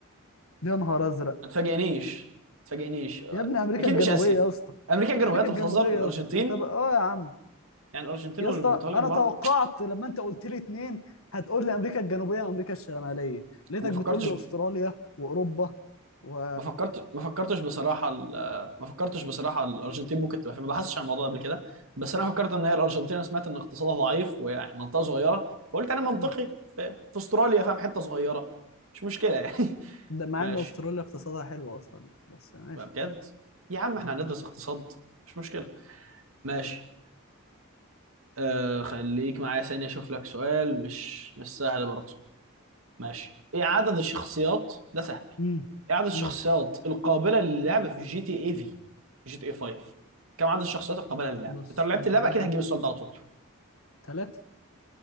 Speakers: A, on the left; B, on the right.
A: يا نهار أزرق
B: ما تفاجئنيش ما تفاجئنيش أه،
A: يا ابني أمريكا
B: اكيد
A: الجنوبية
B: مش اسيا
A: يا اسطى
B: امريكا الجنوبية
A: أمريكا
B: انت
A: الجنوبية
B: بتهزر
A: يا
B: الارجنتين
A: اسطى أنت بقى آه يا عم
B: يعني الارجنتين
A: يا
B: والبرتغال
A: اسطى أنا
B: جنب بعض
A: توقعت لما أنت قلت لي اتنين هتقول لي أمريكا الجنوبية وأمريكا الشمالية لقيتك
B: وما فكرتش
A: بتقول لي أستراليا وأوروبا و
B: ما فكرت ما فكرتش بصراحه ال- ما فكرتش بصراحه الارجنتين ممكن تبقى فين ما بحثتش عن الموضوع ده قبل كده بس انا فكرت ان هي الارجنتين أنا سمعت ان اقتصادها ضعيف ويعني منطقه صغيره فقلت انا منطقي
A: كده
B: في, في استراليا فاهم حته صغيره مش مشكله يعني <laughs>
A: ده مع
B: ماشي
A: ان استراليا اقتصادها حلو اصلا يعني. بس ماشي
B: بقى بجد يا عم
A: اه
B: احنا هندرس اقتصاد مش مشكله ماشي آه خليك معايا ثانيه اشوف لك سؤال مش مش سهل برضه ماشي ايه عدد الشخصيات ده سهل
A: امم
B: ايه عدد الشخصيات
A: امم
B: القابله للعب في جي تي اي في جي تي اي 5 كم عدد الشخصيات القابله للعب
A: بص
B: انت لو لعبت
A: انت
B: اللعبه
A: عندك
B: اكيد هتجيب السؤال ده على طول
A: ثلاثة